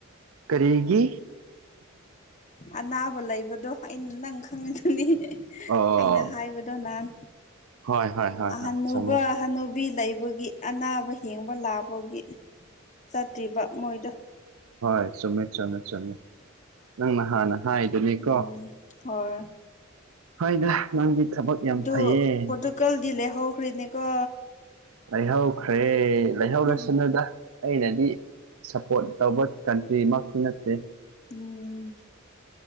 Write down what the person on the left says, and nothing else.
ꯑꯅꯥꯕ ꯂꯩꯕꯗꯣ ꯑꯩꯅ ꯅꯪ ꯈꯪꯉꯤꯗꯨꯅꯤ
ꯑꯩꯅ ꯍꯥꯏꯕꯗꯣ ꯅꯍꯥꯟ
ꯍꯅꯨꯕ
ꯍꯅꯨꯕꯤ ꯂꯩꯕꯒꯤ ꯑꯅꯥꯕ ꯌꯦꯡꯕ ꯂꯥꯛꯄꯒꯤ ꯆꯠꯇ꯭ꯔꯤꯕ ꯃꯣꯏꯗꯣ
ꯎꯝ ꯍꯣꯏ
ꯑꯗꯨ
ꯄꯣꯔꯇꯨꯒꯜ ꯗꯤ ꯂꯩ ꯍꯧꯈ꯭ꯔꯦꯅꯦꯀꯣ
ꯎꯝ
ꯎꯝ